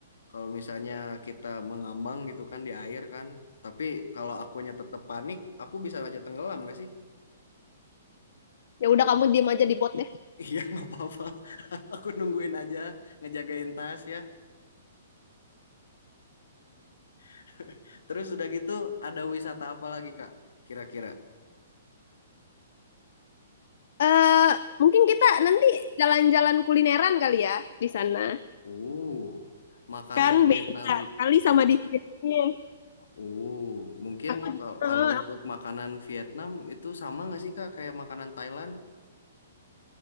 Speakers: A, on the left (about 75°); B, on the left (about 60°).
A: kalau misalnya kita mengambang gitu kan di air kan, tapi kalau akunya tetap panik, aku bisa aja tenggelam nggak sih?
B: Ya udah kamu diem aja di bot deh.
A: Iya, <laughs> nggak apa-apa. <laughs> Aku nungguin aja, ngejagain tas ya. <laughs> Terus udah gitu, ada wisata apa lagi Kak? Kira-kira?
B: Eh, mungkin kita nanti jalan-jalan kulineran kali ya di sana.
A: Oh, makanan
B: Kan
A: Vietnam.
B: beda kali sama di sini.
A: Oh, mungkin
B: Aku,
A: kal-
B: eh,
A: kalau untuk makanan Vietnam itu sama nggak sih Kak kayak makanan Thailand?